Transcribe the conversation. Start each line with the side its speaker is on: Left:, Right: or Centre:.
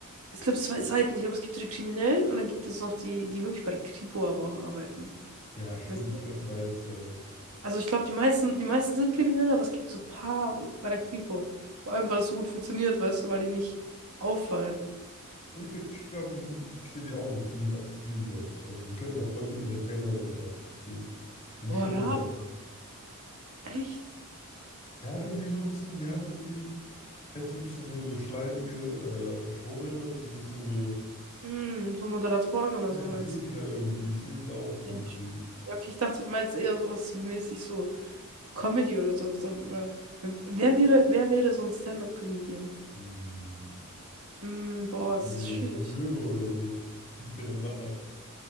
Right: es gibt zwei Seiten. Ich glaube, es gibt so die Kriminellen und dann gibt es noch die, die wirklich bei der Kripo aber auch arbeiten.
Left: Ja, stimmt,
Right: Weißt du?
Left: die könnten beides sein.
Right: Also ich glaube, die meisten, die meisten sind kriminell, aber es gibt so ein paar bei der Kripo. Vor allem, weil es so gut funktioniert, weißt du, weil die nicht auffallen.
Left: Ja, die könnten, ich glaube, die sind, ich sehe die auch in vielen, vielen Jobs. Also die könnten auch voll gut Entertainer sein, habe ich das Gefühl. So ein
Right: Boah,
Left: Showman.
Right: Raben, echt?
Left: Ja, irgendwie so ein bisschen, die haben irgendwie, kennst du ein bisschen so, so schleimige äh, Showmänner, so die bisschen so,
Right: Hm, so Moderatoren oder
Left: ja,
Right: so
Left: ich
Right: meinst
Left: sehe
Right: du?
Left: die da irgendwie, ich sehe die da auch irgendwie.
Right: Ja, Ja, okay, ich dachte, du meinst eher sowas wie mäßig so Comedy oder so. so oder, wer wäre, wer wäre so ein Stand-up-Comedian?
Left: Hm,
Right: Hm, boah, das
Left: eine
Right: ist schwierig.
Left: Möwe oder so, <laughs> mit deren Lacher.